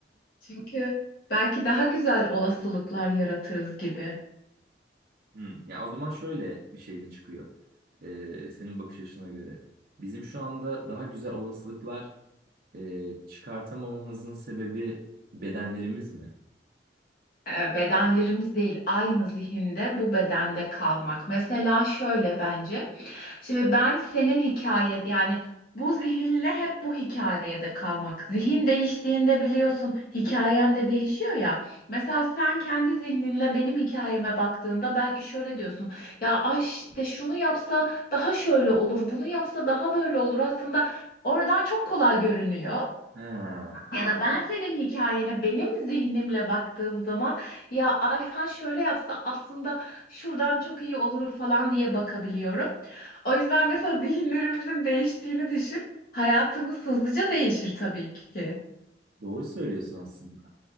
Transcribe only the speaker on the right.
hmm, ya o zaman şöyle bir şey mi çıkıyor? E, senin bakış açına göre. Bizim şu anda daha güzel olasılıklar e, çıkartamamamızın sebebi bedenlerimiz mi?
Ha,
doğru söylüyorsun aslında.